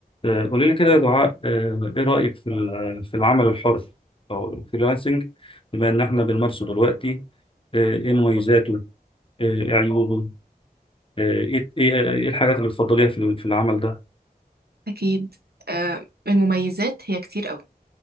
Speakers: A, on the left; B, on the right.
A: آه، قولي لي كده يا دعاء آه، ايه رأيك في ال- في العمل الحر او الفريلانسنج بما ان احنا بنمارسه دلوقتي آه، ايه مميزاته آه، ايه عيوبه آه، ايه ايه إيه الحاجات اللي بتفضليها في ال- في العمل ده
B: أكيد آه، المميزات هي كتير أوي